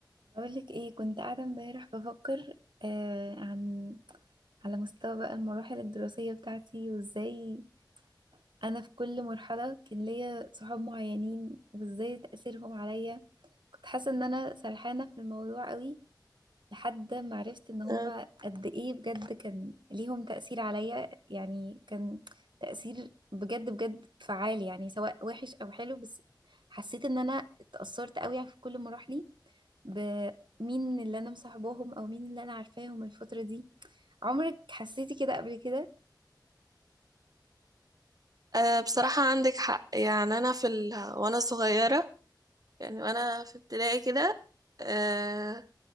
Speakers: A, on the right; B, on the right.
A: بقولك ايه كنت قاعدة امبارح بفكر آه عن على مستوى بقى المراحل الدراسية بتاعتي وازاي انا في كل مرحلة كان ليا صحاب معينين وازاي تأثيرهم عليا كنت حاسة ان انا سرحانة في الموضوع قوي لحد ما عرفت ان هما
B: آه،
A: قد ايه بجد كان ليهم تأثير عليا يعني كان تأثير بجد بجد فعال يعني سواء وحش او حلو بس حسيت ان انا اتأثرت قوي في كل مراحلي بمين اللي انا مصاحباهم او مين اللي انا عارفاهم الفترة دي عمرك حسيتي كده قبل كده
B: آه، بصراحة عندك حق يعني أنا في ال... وأنا صغيرة يعني وأنا في ابتدائي كده آه،